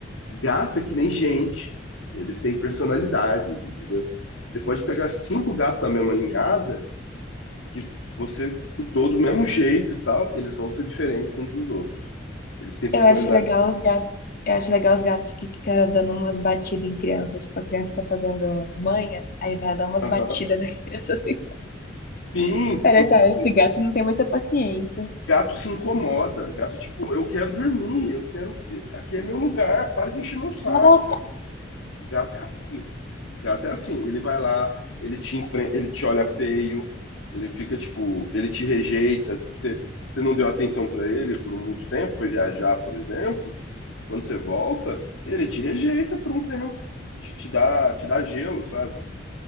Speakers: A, on the left (about 85°); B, on the left (about 50°).
A: Gato é que nem gente, eles têm personalidades, entendeu? Você pode pegar cinco gatos da mesma ninhada, que você cuidou do mesmo jeito e tal, eles vão ser diferentes uns dos outros. Eles têm personalidade.
B: Eu acho legal os gatos, eu acho legal os gatos que ficam dando umas batidas em criança, tipo, a criança tá fazendo manha, aí vai dar umas
A: Aham.
B: batidas na <laughs> criança assim.
A: Sim,
B: Cara,
A: porque
B: cara,
A: porque
B: esse gato não tem muita paciência.
A: gato se incomoda. Gato, tipo, eu quero dormir, eu quero. Aqui é meu lugar, para de encher meu saco.
B: Cala a boca.
A: Gato é assim. Gato é assim. Ele vai lá, ele te enfrenta, ele te olha feio, ele fica tipo, ele te rejeita. tipo, Você, você não deu atenção para ele por muito tempo, foi viajar, por exemplo. Quando você volta, ele te rejeita por um tempo. Te, te dá, te dá gelo, sabe?